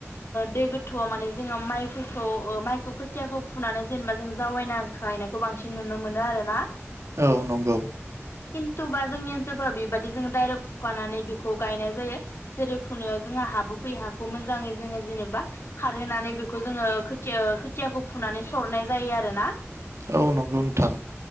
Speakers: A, on the left; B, on the right.
A: दै गोथौआव माने जोङो माइफोरखौ माइखौ खोथियाखौ फुनानै जेनेबा जों जावैना गायनायखौ बांसिन नुनो मोनो आरो ना।
B: औ नंगौ।
A: खिन्थुबा जोंनि ओनसोलफ्राव बेबायदि जों दाइरेक्ट फुखानानै बेखौ गायनाय जायो जेरै फुनायाव जोंहा हाबो फैयो हाखौ मोजाङै। जोङो जेनेबा खारहोनानै बेखौ जोङो खोथिया खोथियाखौ फुनानै सरनाय जायो आरोना।
B: औ नंगौ नोंथां।